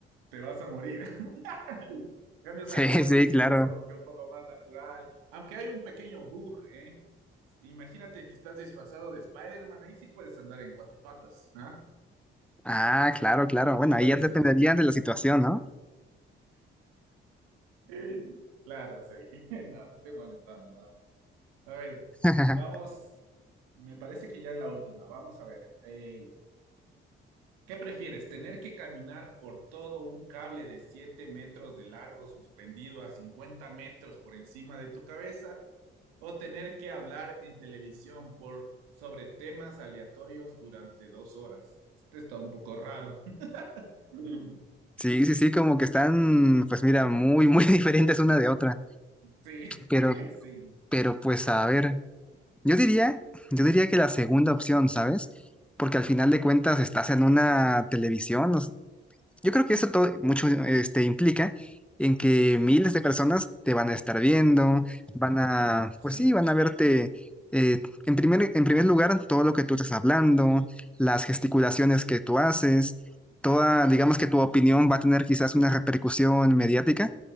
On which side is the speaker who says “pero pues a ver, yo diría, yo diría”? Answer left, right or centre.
Centre